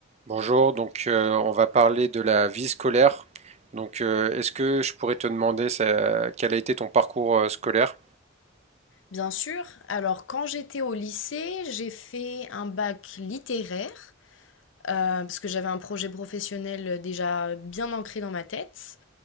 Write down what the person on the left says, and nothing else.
Bien sûr. Alors, quand j'étais au lycée, j'ai fait un bac littéraire, euh, parce que j'avais un projet professionnel euh, déjà bien ancré dans ma tête.